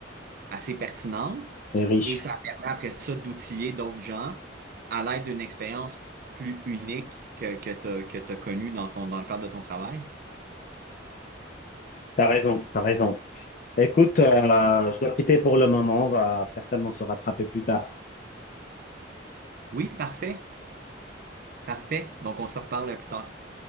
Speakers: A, on the right; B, on the left.
A: assez pertinente
B: Et riche.
A: et ça permet après ça d'outiller d'autres gens à l'aide d'une expérience plus unique que, que tu que t'as connue dans ton, dans le cadre de ton travail.
B: T'as raison, t'as raison. Écoute, euh, je dois quitter pour le moment. On va certainement se rattraper plus tard.
A: Oui, parfait, parfait. Donc on se reparle plus tard.